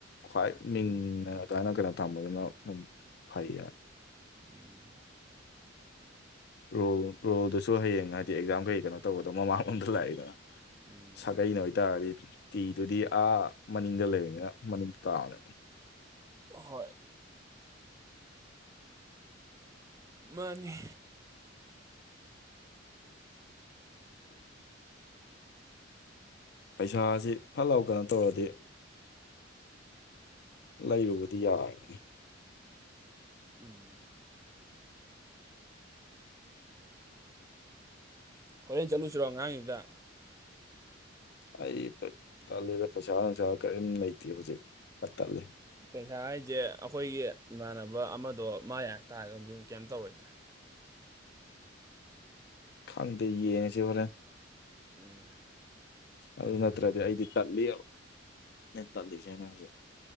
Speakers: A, on the left (about 55°); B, on the right (about 15°).
A: ꯈ꯭ꯋꯥꯏ ꯃꯤꯡ
B: ꯎꯝ
A: ꯑꯗꯨꯃꯥꯏꯅ ꯀꯩꯅꯣ ꯊꯝꯕꯗꯨꯅ ꯑꯗꯨꯝ ꯐꯩꯌꯦ
B: ꯎꯝ
A: ꯔꯣ ꯔꯣꯜꯗꯨꯁꯨ ꯍꯌꯦꯡ ꯍꯥꯏꯗꯤ ꯑꯦꯛꯖꯥꯝ ꯀꯩ ꯀꯩꯅꯣ ꯇꯧꯕꯒꯗꯣ ꯃꯃꯥꯡꯂꯣꯝꯗ ꯂꯥꯛꯏꯗꯅ
B: ꯎꯝ
A: ꯁꯥꯒꯩꯅꯣ ꯑꯣꯏꯇꯥꯔꯗꯤ ꯇꯤꯗꯨꯗꯤ ꯑꯥ ꯃꯅꯤꯡꯗ ꯂꯩꯕꯅꯤꯅ ꯃꯅꯤꯡ ꯇꯥꯕꯅꯦ
B: ꯍꯣꯏ ꯃꯥꯅꯤ
A: ꯄꯩꯁꯥꯁꯤ ꯐꯠ ꯂꯥꯎ ꯀꯩꯅꯣ ꯇꯧꯔꯗꯤ ꯂꯩꯕꯕꯨꯗꯤ ꯌꯥꯔꯕꯅꯤ
B: ꯎꯝ ꯍꯣꯔꯦꯟ ꯆꯠꯂꯨꯁꯤꯔꯣ ꯑꯉꯥꯡꯒꯤꯗꯨꯗ
A: ꯑꯩ ꯇꯜꯂꯤꯗ ꯄꯩꯁꯥ ꯅꯨꯡꯁꯥ ꯀꯔꯤꯝ ꯂꯩꯇꯦ ꯍꯧꯖꯤꯛ ꯄꯠ ꯇꯠꯂꯦ
B: ꯄꯩꯁꯥ ꯍꯥꯏꯁꯦ ꯑꯩꯈꯣꯏꯒꯤ ꯏꯃꯥꯟꯅꯕ ꯑꯃꯗꯣ ꯃꯥ ꯌꯥ ꯇꯥꯔꯒꯕꯨꯗꯤ ꯀꯩꯝꯇ ꯇꯧꯔꯣꯏꯗꯦ
A: ꯈꯪꯗꯦ ꯌꯦꯡꯉꯁꯤ ꯍꯣꯔꯦꯟ
B: ꯑꯦ
A: ꯑꯗꯨ ꯅꯠꯇ꯭ꯔꯗꯤ ꯑꯩꯗꯤ ꯇꯜꯂꯤ ꯇꯜꯂꯤꯁꯦꯅꯦ ꯍꯧꯖꯤꯛ